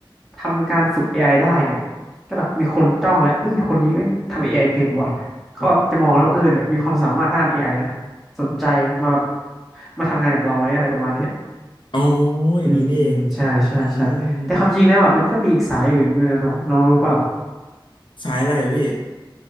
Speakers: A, in the centre; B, on the left (about 65°).
A: ทำการฝึก AI ไอได้เนี่ยก็แบบมีคนจ้องแล้วเอ้ยคนนี้แม่งทำ AI เป็นว่ะเขาแบบจะมองแล้วว่าเออเนี่ยมีความสามารถด้าน AI นะสนใจมาแบบมาทำงานกับเราไหมอะไรประมาณเนี้ย
B: อ๋ออย่างนี้นี่เอง
A: อืมใช่ใช่ใช่แต่ความจริงแล้วอ่ะมันก็มีอีกสายอื่นด้วยนะน้องน้องรู้เปล่า
B: อืมสายอะไรอะพี่